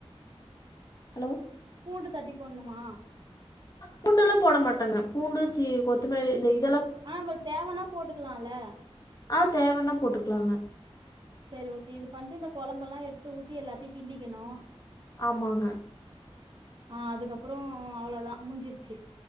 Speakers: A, on the left; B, on the right.
A: ஹலோ
B: பூண்டு தட்டி போட்ணுமா
A: பூண்டெல்லா போட மாட்டாங்க பூண்டு சி கொத்தமல்லி இதை
B: ஆ நம்பளுக்கு தேவனா போட்டுக்லால்ல
A: ஆ தேவன்னா போட்டுக்லாங்க
B: செரி ஓகே இது பண்ட்டு இந்த கொழம்பல்லா எடுத்து ஊத்தி எல்லாத்தயு கிண்டிக்கணு
A: ஆமாங்க
B: ஆ அதுக்கப்றோ அவ்ளோதா முஞ்சிர்ச்சு